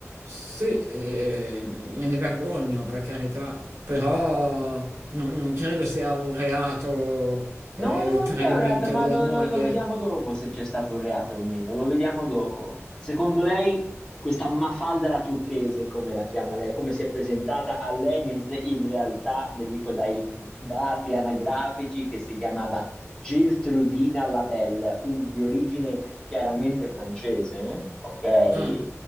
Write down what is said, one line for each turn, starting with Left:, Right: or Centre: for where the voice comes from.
Right: Sì, e me ne vergogno per carità, però non, non credo sia un reato eh,
Left: No, no,
Right: il
Left: non
Right: tradimento
Left: è un reato, ma
Right: della
Left: lo,
Right: moglie.
Left: lo- lo vediamo dopo se c'è stato un reato o meno. Lo vediamo dopo. Secondo lei, questa Mafalda la turchese, come la chiama lei, come si è presentata a lei, mentre in realtà, le dico dai dati anagrafici, che si chiamava Geltrudina Labelle, quindi di origine chiaramente francese, ok?
Right: Ah,